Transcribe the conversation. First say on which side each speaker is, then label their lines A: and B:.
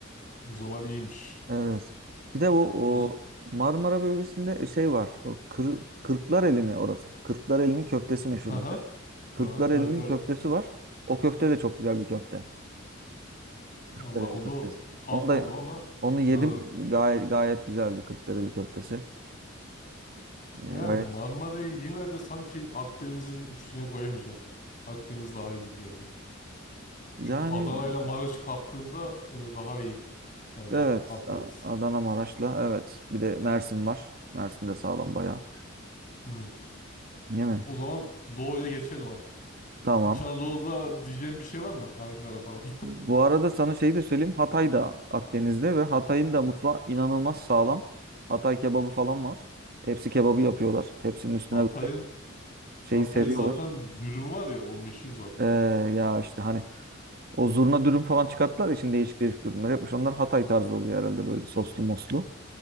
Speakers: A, on the left; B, on the right.
A: O zaman iyiymiş.
B: Evet. Bir de bu o
A: O z-
B: Marmara bölgesinde şey var. O kır, Kırklareli mi orası? Kırklareli'nin köftesi meşhur.
A: Haha,
B: Kırklareli'nin
A: haha, evet evet.
B: köftesi var. O köfte de çok güzel bir köfte. Kırklareli
A: vallahi onu
B: köftesi.
A: katmadım
B: Onu da
A: ama
B: onu
A: inanırım.
B: yedim. Gayet gayet güzeldi Kırklareli köftesi. Ee,
A: Yani
B: gayet
A: Marmara'yı yine de sanki Akdeniz'in üstüne koyamayacağım. Akdeniz daha iyi gibi geliyor.
B: yani
A: Çünkü Adana ile Maraş kattığında e, daha iyi bence
B: evet
A: Akdeniz.
B: A- Adana Maraş'la evet. Bir de Mersin var. Mersin de sağlam bayağı.
A: Hmm.
B: Değil mi?
A: O zaman Doğu'ya geçelim artık.
B: Tamam.
A: İç Anadolu'da diyeceğim bir şey var mı? Ankara falan.
B: Bu arada sana şeyi de söyleyeyim. Hatay da Akdeniz'de ve Hatay'ın da mutfağı inanılmaz sağlam. Hatay kebabı falan var. Tepsi kebabı yapıyorlar. Tepsinin
A: <laughs>
B: üstüne
A: Hatay'ın
B: böyle şeyi
A: Hatay'ın
B: seriyorlar.
A: zaten dürüm var ya o meşhur zaten.
B: Ee, ya işte hani O zurna dürüm falan çıkarttılar ya şimdi değişik değişik dürümler yapmış. Onlar Hatay tarzı oluyor herhalde böyle soslu moslu.